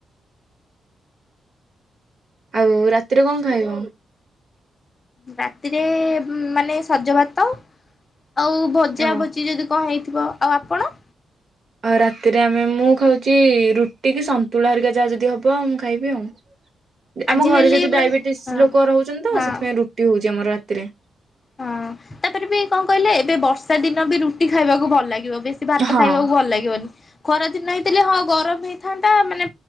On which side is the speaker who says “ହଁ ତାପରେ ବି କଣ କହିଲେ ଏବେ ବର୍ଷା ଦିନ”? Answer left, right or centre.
Left